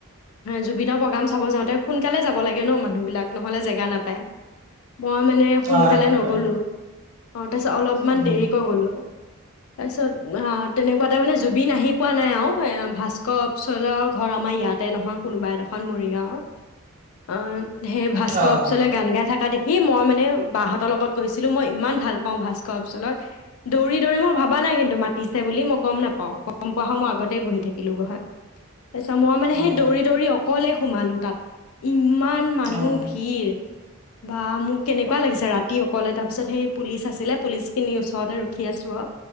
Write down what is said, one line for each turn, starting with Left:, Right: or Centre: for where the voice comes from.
Left: জুবিনৰ প্ৰগ্ৰাম চাব যাওঁতে সোনকালে যাব লাগে ন মানুহ বিলগ নহলে জেগা নাপায়। মই মানে সোনকালে
Right: অ' সেইটো
Left: নগলো।
Right: হয়
Left: অ'। তাৰপিছত অলপমান
Right: উম,
Left: দেৰিকৈ গ'লোঁ। তাৰপিছত তেনেকুৱাতে মানে জুবিন আহি পোৱা নাই আৰু এ ভাস্কৰ অচলৰ ঘৰ আমাৰ ইয়াতে নহয় কোনোবা এডোখৰ মৰিগাঁওৰ আহ সেই ভাস্কৰ
Right: অ'
Left: অপচলৈ গান গাই থাককা দেখি মই মানে মানে বাহঁতৰ লগত গৈছিলো মই ইমান ভাল পাওঁ ভাস্কৰ অপচক দৌৰি দৌৰি মই ভবা নাই কিন্তু মাতিছে সেই বুলি মই গম নাপাওঁ গম পোৱা হলে মই আগতে বহি থাকিলোহা তাৰ পিছত মই মানে
Right: উম,
Left: সেই দৌৰি দৌৰি অকলে সোমালোঁ তাত ইমান মানুহ
Right: উম।
Left: ভিৰ বা মোক কেনেকুৱা লাগিছে ৰাতি অকলে তাৰ পিছত সেই পুলিচ আছিলে পুলিচ খিনিৰ ওচৰতে লখি আছো আৰু